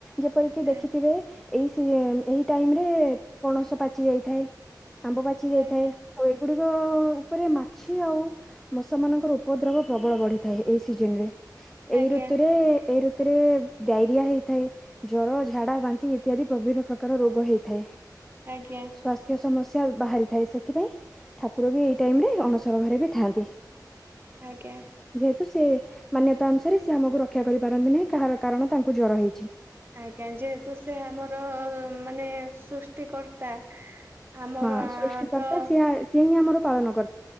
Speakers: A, in the centre; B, on the right.
A: ଯେପରିକି
B: ଆଜ୍ଞା
A: ଦେଖିଥିବେ ଏଇ ସି ଏହି ଟାଇମ୍ ରେ ପଣସ ପାଚି ଯାଇଥାଏ। ଆମ୍ବ ପାଚି ଯାଇଥାଏ।
B: ଆଜ୍ଞା
A: ଆଉ ଏଗୁଡିକ ଉପରେ ମାଛି ଆଉ ମଶା ମାନଙ୍କର ଉପଦ୍ରବ ପ୍ରବଳ ବଢିଥାଏ ଏଇ ସିଜନ୍ ରେ। ଏଇ
B: ଆଜ୍ଞା
A: ଋତୁରେ ଏଇ ଋତୁରେ ଡାଇରିଆ ହେଇଥାଏ। ଜର, ଝାଡା, ବାନ୍ତି ଇତ୍ୟାଦି ବିଭିନ୍ନ ପ୍ରକାର ରୋଗ ହେଇଥାଏ।
B: ଆଜ୍ଞା।
A: ସ୍ୱାସ୍ଥ୍ୟ ସମସ୍ୟା ବାହାରିଥାଏ। ସେଥିପାଇଁ, ଠାକୁର ବି ଏଇ ଟାଇମ୍ ରେ ଅଣସ ସର ଘରେ ବି ଥାଆନ୍ତି।
B: ଆଜ୍ଞା।
A: ଯେହେତୁ ସେ ମାନ୍ୟତା ଅନୁସାରେ ସିଏ ଆମକୁ ରକ୍ଷା କରିପାରନ୍ତି ନାହିଁ। କାହାର କାରଣ ତାଙ୍କୁ ଜର ହେଇଛି।
B: ଆଜ୍ଞା। ଯେହେତୁ ସେ ଆମର ମାନେ ସୁସ୍ ସୃଷ୍ଟି କର୍ତା ଆମର
A: ହଁ ସୃଷ୍ଟିକର୍ତ୍ତା
B: ତ
A: ସିଏ ସିଏ ହିଁ ଆମର ପାଳନ କର୍